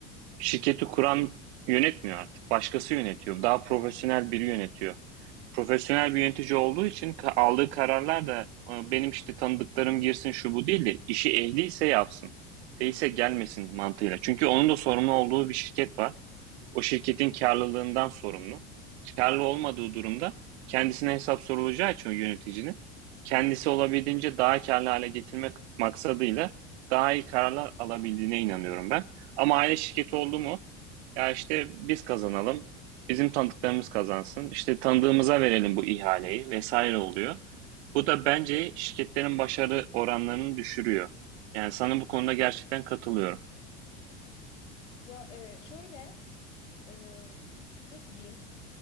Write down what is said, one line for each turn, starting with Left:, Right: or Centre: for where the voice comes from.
Right: Şirketi kuran yönetmiyor artık. Başkası yönetiyor. Daha profesyonel biri yönetiyor. Profesyonel bir yönetici olduğu için aldığı kararlar da benim işte tanıdıklarım girsin şu bu değil de işi ehliyse yapsın. Değilse gelmesin mantığıyla. Çünkü onun da sorumlu olduğu bir şirket var. O şirketin karlılığından sorumlu. Kârlı olmadığı durumda kendisine hesap sorulacağı için o yöneticinin kendisi olabildiğince daha karlı hale getirmek maksadıyla daha iyi kararlar alabildiğine inanıyorum ben. Ama aile şirketi oldu mu? Ya işte biz kazanalım, bizim tanıdıklarımız kazansın, işte tanıdığımıza verelim bu ihaleyi vesaire oluyor. Bu da bence şirketlerin başarı oranlarını düşürüyor. Yani sana bu konuda gerçekten katılıyorum.
Left: Ya, eee, şöyle, Ee, nasıl diyeyim?